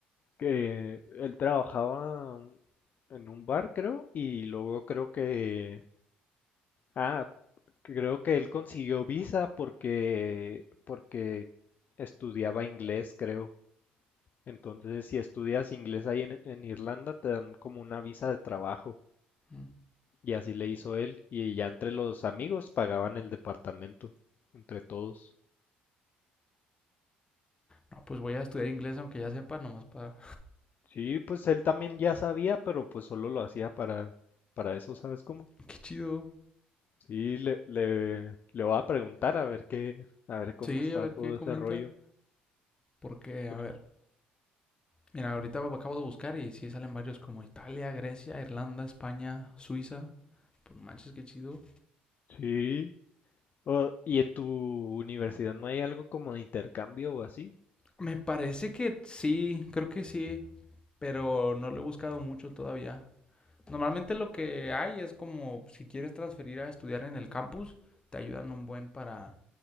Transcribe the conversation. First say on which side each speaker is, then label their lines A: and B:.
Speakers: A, on the left (about 45°); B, on the left (about 25°).
A: que él trabajaba en un bar, creo, y luego creo que, ah, creo que él consiguió visa porque, porque estudiaba inglés, creo. Entonces, si estudias inglés ahí en, en Irlanda, te dan como una visa de trabajo.
B: Mm.
A: Y así le hizo él, y ya entre los amigos pagaban el departamento, entre todos.
B: no, pues voy a estudiar inglés aunque ya sepa, nomás para...
A: Sí, pues él también ya sabía, pero pues solo lo hacía para, para eso, ¿sabes cómo?
B: <laughs> Qué chido.
A: Sí, le, le, le voy a preguntar a ver qué, a ver cómo
B: Sí,
A: está
B: a ver
A: todo
B: qué comenta.
A: ese rollo.
B: Porque, a
A: por-
B: ver, mira, ahorita acabo de buscar y sí salen varios como Italia, Grecia, Irlanda, España, Suiza. Pues manches, qué chido.
A: Sí. Oh, ¿y en tu universidad no hay algo como de intercambio o así?
B: Me parece que sí, creo que sí, pero no lo he buscado mucho todavía. Normalmente lo que hay es como si quieres transferir a estudiar en el campus, te ayudan un buen para